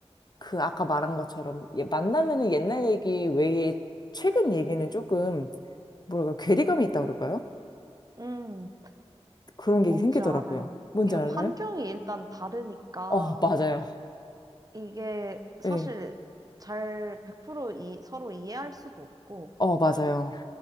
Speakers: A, on the left; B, on the right.
A: 그 아까 말한 것처럼 얘 만나면은 옛날 얘기 외에 최근 얘기는 조금 뭐랄까 괴리감이
B: 음,
A: 있다고 그럴까요?
B: 음.
A: 그런 게
B: 뭔지
A: 생기더라고요.
B: 알아요.
A: 뭔지
B: 이 환경이
A: 알아요?
B: 일단 다르니까
A: 어, 맞아요.
B: 이게 사실
A: 네.
B: 잘 100% 이, 서로 이해할 수도 없고
A: 어, 맞아요.